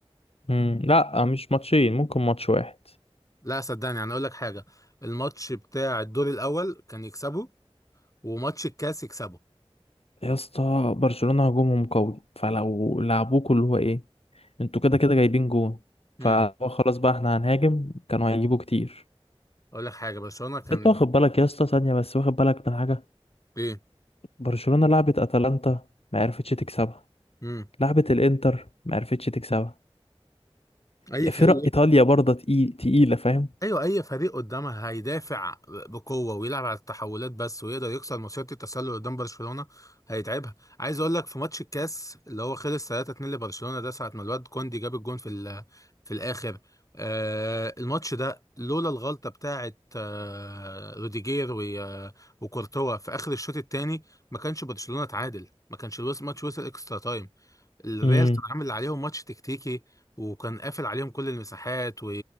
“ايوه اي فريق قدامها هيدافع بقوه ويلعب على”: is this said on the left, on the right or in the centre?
Left